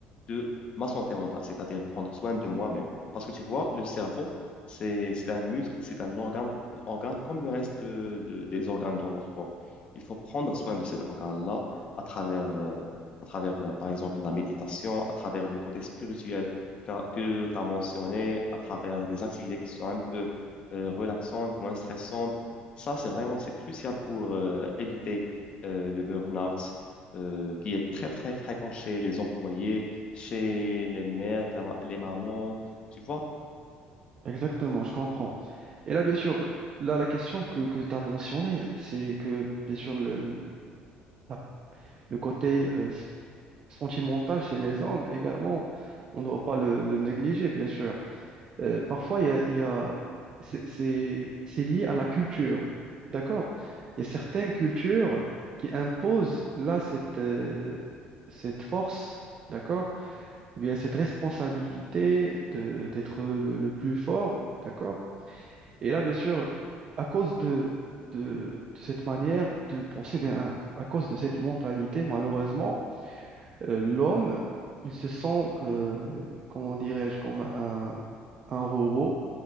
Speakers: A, on the left; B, on the right.
A: de ma santé mentale, c'est-à-dire prendre soin de moi-même. Parce que tu vois, le cerveau, c'est, c'est un muscle, c'est un organe, organe comme le reste euh, de- des organes dans notre corps. Il faut prendre soin de cet organe-là à travers euh, à travers, euh, par exemple, la méditation, à travers le côté spirituel que, tu as mentionné, à travers des activités qui sont un peu euh, relaxantes, moins stressantes. Ça, c'est vraiment, c'est crucial pour euh, éviter euh, le burn-out euh, qui est très, très fréquent chez les employés, chez les mères, la ma- les mamans, tu vois?
B: Exactement, je comprends. Et là, bien sûr, là, la question que, que tu as mentionnée, c'est que, bien sûr, le, le la- le côté euh, s- sentimental chez les hommes également, on ne doit pas le, le négliger, bien sûr. Euh, parfois, il y a, il y a- c'est c'est- c'est lié à la culture, d'accord? Il y a certaines Mhm. cultures qui imposent là cette, euh, cette force, d'accord? Ou bien cette responsabilité de- d'être le le plus fort, d'accord? Et là, bien sûr, à cause de, de, de cette manière de penser, ou bien, à à cause de cette mentalité, malheureusement, euh, l'homme, il se sent, euh, comment dirais-je, comme un, un robot.